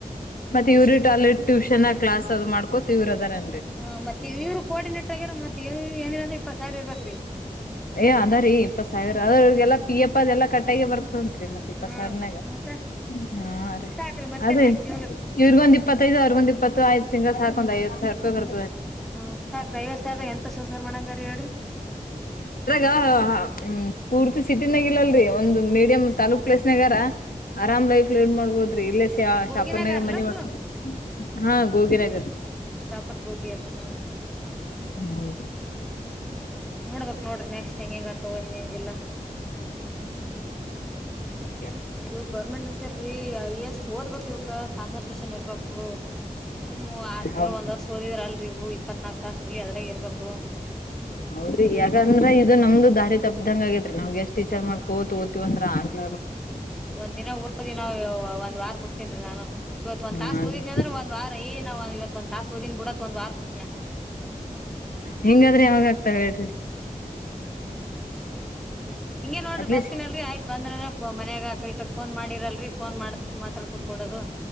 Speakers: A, on the left; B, in the centre.
A: ಮತ್ತೆ ಇವ್ರಟಾಯ್ಲೆಟ್ ಟ್ಯೂಷನ್ ಕ್ಲಾಸ್ ಅದ್ ಮಾಡ್ಕೊತ ಇವ್ರ ಅದಾರ
B: ಹಾ ಮತ್ತೆ ಇವ್ರು ಕೋಆಡೇರ್ ಆಗ್ಯಾರ ಮತ್ತತ್ವ ಏನಿಲ್ಲರಂದ್ರ ಇಪ್ಪತ್ ಸಾರಿ ಇರ್ಬೇಕ್ರೀ
A: ಏ ಅದಾರಿ ಇಪ್ಪತ್ ಸಾವಿರ ಅದ್ರರಿಗೆಲ್ಲ ಪಿ ಅಪ್ಪ ಅದೆಲ್ಲ ಕಟ್ಟಾಗಿ ಬರ್ತ ಉಂ ರರಿ ಮತ್ತೆ ಇಪ್ಪ
B: ಹ್ಮ್
A: ಸರ್ನಾಗ
B: ಮತ್ತ
A: ಹಾ ರೀ
B: ಸಾಕ್ರಿ ಮತ್ತೇನ್
A: ಅದೇ
B: ಬೇಕ್ ಜೀವನಕ್
A: ಇವ್ರಗೊಂದ್ ಇಪ್ಪತ್ತೈದು ಅವ್ರಗೊಂದ್ ಇಪ್ಪತ್ತು ಆಯ್ತು ಸಿಂಗ ಸ ಸಾಕ ಒ ಐವತ್ತು ಸಿ ರಪ
B: ಹಾ ಸಾಕ್ರ ಐವತ್ ಸಾವಿರ ಎಂತ ಸಂಸಾರ ಮಾಡಂಗರಿ ಹೇಳ್ರಿ
A: ಹ ಹ್ಮ್ ಪೂರ್ತಿ ಸಿಟಿನಾಗ ಇಲ್ಲಲ್ರರಿ ಒಂದು ಮೀಡಿಯಂ್ ತಾಾಲೂಕ್ ಪ್ಲೇಸ್ನಾಗಾರ ಆರಾಮ್ ಲೈಫ್ ಲಡ್ ಮಾಡ್ಬೋದ್ರಿ ಇಲ್ಲ ಸ
B: ಈ ಗೋಗಿನಾಗಾರಲ್ಲ
A: ಶಹಪುರ್ನಾಗ ಮನಿ
B: ಅವ್ರು
A: ಮಾಡ್ಕ ಹಾ ಗೋಗಿನಗರ್
B: ಪ್ರಾಪರ್ಗೆ ಗೂಗಿ ಅ
A: ಹ್ಮದು
B: ನೋಡ್ಬಕ್ ನೋಡ್ರಿ ನೆಕ್ಸ್ಟ್ ಹೆಂಗ ಹೆಂಗ ಆತವ ಹಿಂಗ ಹೆಂಗಿಲ್ಲ
A: ಹ
B: ಇವ ಗೌರ್ಮೆಂಟ್ ಅಂತಲ್ರರಿ ಎಷ್ಟು ಓದ್ಬೇಕಕ್ ಇವ ಕಾನ್ಸಲ್ಟೇಷನ್ ಇರ್ಬೇಕು ಓಹ ಸುಮ್ಮ್ ಆರ್ ತಿಂಗಳು
A: ಹೌ
B: ಒಂದ್ ವರ್ಷ್ ಓದಿದ್ರ ಅಲ್ರಿೂ ಇಪ್ಪತ್ನಾಲ್ಕು ತಾಸದಲ್ಲಿ ಅದ್ರಾಗ ಇರ್ಬೇಕು
A: ಹೌದ್ರಿ ಯಾಕಂದ್ರ ಇದು ನಮ್ದು ದಾರಿ ತಪ್ಪ್ದಂಗ ಆಗೇತ್ರಿ ನಾವ್ಗೆ ಎಷ್ಟಟ್ ಈಟಚರ್ ಮಾಡ್ಕೋತ ಓದುತಿವಿ ಅಂದ್ರ ಆಗ್
B: ಒಂದ್ ದಿನ ಓದಿನ ನಾವವು ಒಂದ್ ವಾರ ಬಿಡ್ತೀನ್ರೀ ನಾನು ಇವತ್ ಒಂದ್
A: ಹಾನ್ರಿ
B: ತಾಸ ಓದಿದ್ನ ಅಂದ್ರೆ ಒಂದ್ ವಾರ ಏ ನಾ ಇವ ಒಂದ್ಾಸ ಓದಿನಿ ಬಿಡಾತ್ ಒಂದ ವಾರ್ ಬಿಡ್ತಿನ
A: ಹೆಿಂಗಾದ್ರೆ ಯಾವಾಗ್ತಾವ ಹೇಳ್ರಿ
B: ಹಿಂಗಗೆ ನೋಡಿ
A: ಅಟ್ಲೀಸ್ಟ್
B: ಬರ್ತೀನಲ್ರಿ ಆಯ್ತ ಬಂದ್ರ ಮನ್ಾಗ ಹಕಕಡಿ ಕಡೆ ಫೋನ್ ಮಾಡಿರಲ್ರಿ ಫೋನ್ ಮಾಡತ್ಕ್ ಮಾತಾ ಕೊಡ್ಕಿ ಕಡದು